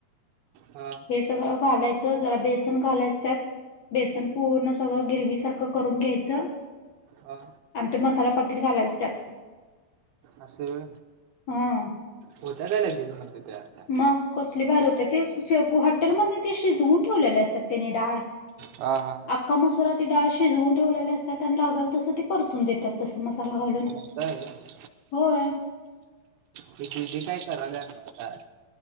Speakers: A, on the right; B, on the left.
A: हा.
B: हे सगळं घालायचं जरा बेसन घालायच त्यात. बेसन पूर्ण सगळं गिरवी सारखं करून घ्यायचं.
A: हा.
B: आणि त्यो मसाला पाकिट घालायच त्यात.
A: अस होय
B: हा
A: होतंया का लगेज म्हणजे तयार काय?
B: मग कसली भारी होतीया, ते हॉटेल मधनी ती शिजवून ठेवलेल्या असत्यात तेनी डाळ.
A: हा हा.
B: अख्ख मसुरा ते डाळ शीजवून ठेवलेल्या असत्यात आणि लागल तसं ते परतून देत्यात तस मसाला घालून
A: असं आहे होय
B: होय.
A: ते दीदी काय करालिया न्हव काय?